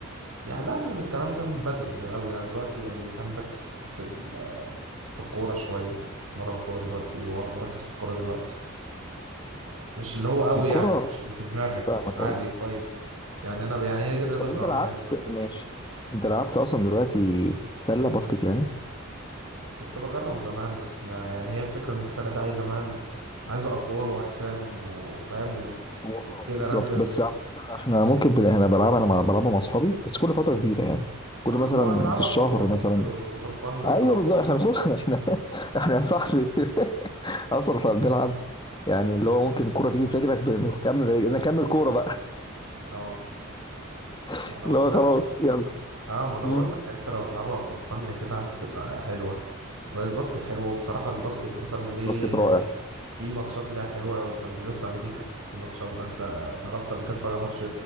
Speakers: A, on the right; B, on the left.
A: يعني لا من الكلام ده من بدري من قوي انا دلوقتي يعني فاهم مركز في ال- في الكوره شويه مرن كوره دلوقتي ومركز في الكوره دلوقتي مش اللي هو قوي
B: الكرة
A: يعني مش اللي في دماغك
B: فاهمك
A: بس عادي
B: ايوه
A: كويس يعني انا يعني هي دي الرياضه
B: طب
A: اللي
B: انت
A: بعملها
B: لعبت
A: دلوقتي
B: ماشي انت لعبت اصلا دلوقتي سلة باسكت يعني
A: كنت بجرب زمان بس ما يعني هي الفكره ان السله دي عايزه مهام عايزه اطوال واجسام و- وفاهم و-
B: هو اه
A: وكده
B: بالظبط
A: رمي
B: بس على فكرة احنا ممكن بن... احنا بلعبها انا مع... بلعبها مع اصحابي بس كل فتره كبيره يعني
A: ما
B: كل مثلا
A: لو هتلعبها
B: في الشهر
A: فور فن
B: مثلا
A: فور فن وكده
B: ايوه
A: مع اصحابك
B: بالظبط احنا بنخش <laughs> احنا احنا يا صاحبي <laughs> اصلا احنا بنلعب يعني اللي هو ممكن الكوره تيجي في رجلك بنكمل نكمل كوره بقى
A: لو
B: <laughs>
A: ما انا بق-
B: اللي هو
A: نفس
B: خلاص يلا
A: اه ما انا
B: مم.
A: بقول لك انت لو تلعبها فور فن كده عادي بتبقى حلوه والباسكت حلو بصراحه الباسكت مثلا ليه
B: باسكت رائع
A: يعني في ماتشات ليها حلوه في بالذات في امريكا في ماتشات بقى انت جربت قبل كده تتفرج على ماتش